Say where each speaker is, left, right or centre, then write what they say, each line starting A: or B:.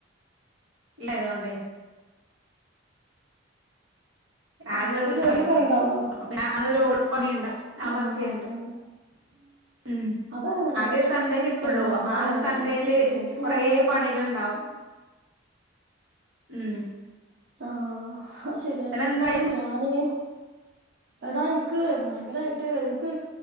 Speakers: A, on the right; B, on the right.
A: ഉണ്ടായതോണ്ടെ
B: ആഹ്
A: ആകെ
B: അപ്പൊ
A: ഒരു
B: ജോലിയൊക്കെ
A: <unintelligible>
B: ആയിണ്ടാവോ
A: അപ്പൊ <unintelligible> പണിയുണ്ട് ഞാൻ
B: ആഹ്
A: വർക്ക് ചെയ്യണ്ട്
B: അതാണ് <inaudible>
A: ഉം
B: അതാണ് അങ്ങനെയാണ്
A: ആകെ സൺഡേ കിട്ടുള്ളൂ
B: ആഹ്
A: അപ്പൊ
B: അതാണ്
A: ആ സൺഡേയില്
B: ഞമ്മക്ക് ജോലിക്ക്
A: കുറെേ
B: പോകുമ്പോ അങ്ങനെ
A: പണികൾണ്ടാവും ഉം
B: ആഹ് അത് ശരിയാണ്
A: പിന്നെ എന്തായി
B: ഞാന് എടാ എനിക്ക് ഭയങ്കരമായിട്ട് എനിക്ക്